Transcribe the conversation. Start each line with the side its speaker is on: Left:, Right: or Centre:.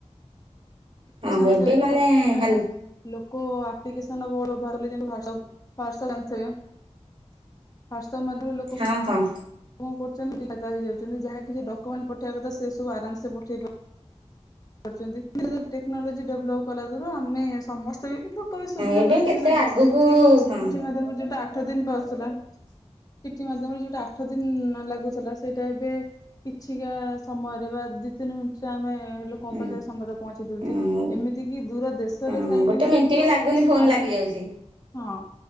Right: ହଁ
Left: <inaudible>
Right: ଏବେ ମାନେ ହେଲ
Left: କୋଉ ଆପ୍ଲିକେସନ ବୋଉର ଭରିଲେ ୱାଟସଆପ ଜାଣିଥିବେ। ୱାଟ୍ସଆପ ତମଦୁ ଲୋକ
Right: ହଁ ହଁ
Left: କଣ କରୁଛନ୍ତି? <unintelligible> ହେଇଯାଉଛନ୍ତି ଯାହା କିଛି ଡକ୍ୟୁମେଣ୍ଟ ପଠେଇବା କଥା ସେ ସବୁ ଆରାମସେ ପଠେଇ ପା କରୁଛନ୍ତି କି ଟେକ୍ନୋଲୋଜି ଡେଭଲପ୍ କଲା ଦୁରୁ ଆମେ ସମ ଏତେବି ଲୋକ ବି ସୁବିଧା
Right: ଏବେ
Left: ପାଇଲେ
Right: କେତେ
Left: କାହିଁକିନା ଯୋଉ
Right: ଆଗକୁ
Left: ଚିଠି।
Right: ହଁ
Left: ଚିଠି ମାଧ୍ୟମରେ ଯୋଉଟା ଆଠ ଦିନ ପା ଆସୁଥିଲା ଚିଠି ମାଧ୍ୟମରେ ଯୋଉଟା ଆଠ ଦିନ ନ ଲାଗୁଥିଲା। ସେଇଟା ଏବେ କିଛିଟା ସମୟରେ ବା ଦି ତିନି ମିନିଟରେ ଆମେ ଲୋକଙ୍କ
Right: ହୁଁ
Left: ପାଖରେ ସମ୍ବାଦ ପହଞ୍ଚିଦଉଛେ।
Right: ହୁଁ
Left: ଏମିତି କିି ଦୂର ଦେଶ
Right: ହଁ
Left: ଦେଶରେ ଥାଇକି
Right: ଗୋଟେ
Left: ବି
Right: ମିନିଟ୍
Left: ଲୋକ
Right: ଲାଗୁନି ଫୋନ
Left: ଆରାମ
Right: ଲାଗି ଯାଉଛି
Left: ହଁ